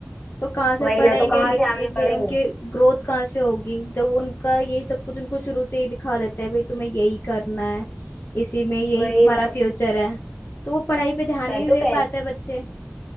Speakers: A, on the left; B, on the left.
A: तो कहाँ से
B: वही
A: पढ़ेंगे
B: ना तो कहाँ
A: लिखेंगे
B: से आगे बढ़ेंगे
A: उनकी ग्रोथ कहाँ से होगी जब उनका यही सब कुछ उनको शुरू से ही दिखा देते हैं भाई तुम्हें यही करना है इसी में यही
B: वही
A: तुम्हारा
B: ना
A: फ्यूचर है तो वो पढ़ाई पे ध्यान
B: मैं
A: ही नहीं
B: तो
A: दे
B: कह
A: पाते बच्चे